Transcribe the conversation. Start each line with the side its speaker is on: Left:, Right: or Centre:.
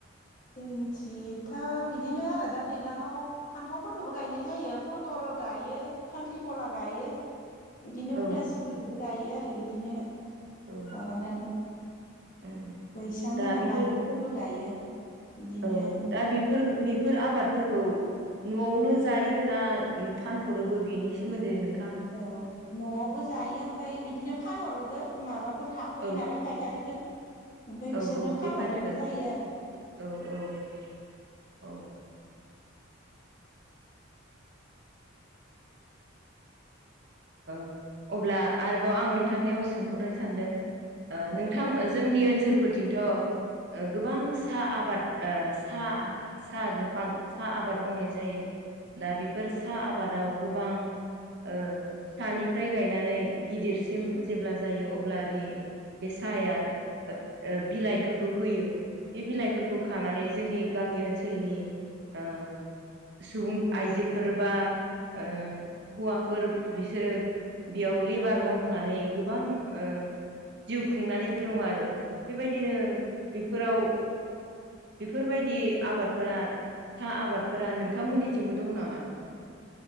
Left: जोंनिथिथ' बिदिनो आरो दा दैलाङाव फान्थावफोरखौबो गायनाय जायो पटल गायो खांख्रिखला गायो। इदिनो
Right: औ
Left: उदासिफोरखौबो गायो आरो इदिनो
Right: औ
Left: माबानानै
Right: ओम
Left: बैसां
Right: दा
Left: होना
Right: बेफोर
Left: बानलुफोरबो गायो। बिदिनो
Right: औ दा बेफोर बेफोर आबादफोरखौ न'वावनो जायो ना फानहरोबो बिनि सोमोन्दै नों
Left: औ न'वावबो जायो ओमफ्राय बिदिनो फानहरोबो माबाफोर हाबफैयो
Right: औ
Left: नालाय फायखारिफोर ओमफ्राय
Right: औ
Left: बिसोरनो
Right: औ
Left: फानहरनायबो
Right: बेफारिफोर
Left: जायो आरो।
Right: औ औ औ ओ अब्ला आरोबाव आं नोंथांनियाव सोंहरनो सानदों। ओ
Left: औ
Right: नोंथां जोंनि ओनसोलफोरथिंथ' ओ गोबां सा आबाद ओ सा सा दंफां सा आबाद मावनाय जायो। दा बेफोर सा आबादाव गोबां ओ फिसानिफ्राय गायनानै गिदिरसिम जेब्ला जायो अब्ला बे बे साहाया ओ ओ बिलाइफोरखौ होयो। बे बिलाइफोरखौ
Left: ओं
Right: खानानै जोंनि गामि ओनसोलनि ओ सुबुं आइजोफोर बा ओ हौवाफोर बिसोरो बेयाव लेबार मावनानै गोबां ओ जिउ खुंनानै दङ आरो बेबायदिनो बेफोराव बेफोरबायदि आबादफोरा साहा आबादफोरा नोंथांमोननिसिमबो दङ नामा?